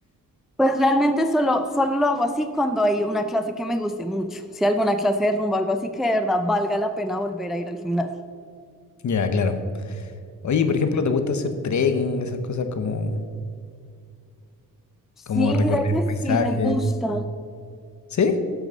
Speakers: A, in the centre; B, on the left (about 55°).
A: Pues realmente solo, solo lo hago así cuando hay una clase que me guste mucho. Si alguna clase de rumba, algo así que de verdad valga la pena volver a ir al gimnasio.
B: Ya, claro. Oye, por ejemplo, ¿te gusta hacer trekking, esas cosas como,
A: Sí,
B: como recorrer
A: mira que sí
B: paisajes?
A: me gusta.
B: ¿Sí?